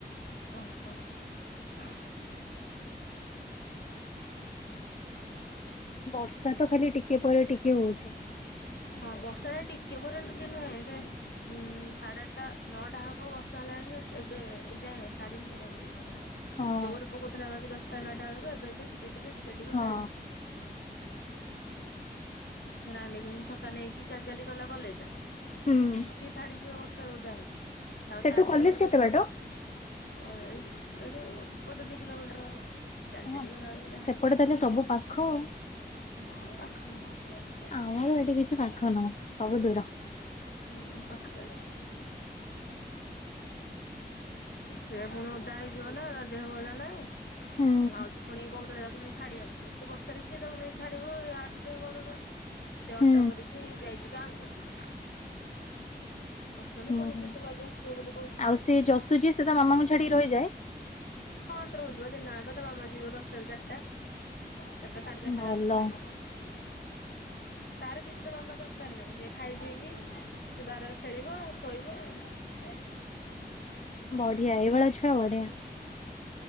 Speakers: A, on the left; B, on the left.
A: ଅହ।
B: ବର୍ଷା ତ ଖାଲି ଟିକେ ପରେ ଟିକେ ହୋଉଚି।
A: ହଁ ବର୍ଷା ନା ଟିକେ ପରେ ଟିକେ ନୁହେଁ ସେ ଉଁ ସାଢେ ଆଠଟା ନଅଟା ହବ ବର୍ଷା ହେଲାଣି ଯେ ଏବେ ଯାଏଁ ଛାଡ଼ିନି ଜମାରୁ ଜମାରୁ ତାରେ
B: ହଁ
A: ଜୋରରେ ପକଉଥିଲା ବାକି ଦଶଟା ଏଗାରଟା ବେଳକୁ ଏବେ ସେ ଟିକେ ଟିକେ ଟିକେ ଟିକେ
B: ହଁ
A: ଚାଲିଚି। ସେ ରାନୀ ଭଉଣୀ ଛତା ନେଇକି ଚାଲି ଚାଲି ଗଲା କଲେଜ ଆଉ
B: ହୁଁ
A: କି ଛାଡିଯିବ ବର୍ଷାରେ ଓଦା ହେଲେ ତାପରେ
B: ସେଠୁ
A: ତାର
B: କଲେଜ କେତେ
A: ଦେ
B: ବାଟ?
A: କଲେଜ ଏଠୁ ଗୋଟେ ଦି କିଲୋମିଟର ହବ। ଚାଲି
B: ହଁ।
A: ଚାଲି ଗଲା ବେଳକୁ ଯାହାଲେ
B: ସେପଟେ ତାହେଲେ ସବୁ ପାଖ ଆଉ
A: ହଁ ପାଖ ହବ
B: ଆମର ଏଠି କିଛି ପାଖ ନୁହଁ ସବୁ ଦୂର।
A: ହୁଁ ପାଖରେ ଅଛି। ସେ ଫୁଣି ଓଦା ହେଇଯିବ ନା ତା ଦେହ ଭଲ ନାହିଁ
B: ହୁଁ
A: ମାଉସି ପୁଣି କହୁଥିଲା ତାକୁ ନେଇ ଛାଡିବାକୁ ଏତେ ବର୍ଷାରେ କିଏ ତାକୁ ନେଇ ଛାଡିବ ଆର ତ ଦେହ ଭଲ ରହୁନି। ସେ ଅଟୋ
B: ହୁଁ
A: କରିକି ଯାଇଛି ଗାଁ କୁ। ଅଛନ୍ତି
B: ହୁଁ।
A: ପୁଣି ସେ ସବୁ ଆଜି ଆସିବେ ବୋଲି କହୁଛନ୍ତି
B: ଆଉ
A: ତ।
B: ସେ ଯଶୁ ଯିଏ ସେ ତା ମାମାକୁ ଛାଡିକି ରହିଯାଏ।
A: ହଁ, ସେ ରହୁଛି ପା ଦିନ ଆକ ତା ମାମା ଯିବ ଦଶଟାରୁ ଚାରିଟା। ଚାରିଟା ସାଢେ ଚାରିଟା
B: ଭଲ
A: ଆଉଚି ତା ମାମା। ତାର କିଛି ତା ମାମା ଦରକାର ନାହିଁ ସେ ଖାଇ ପିଇକି ସେ ତାର ଖେଳିବ ଶୋଇବ ଆ
B: ବଢିଆ ଏଇଭଳିଆ ଛୁଆ ବଢିଆ।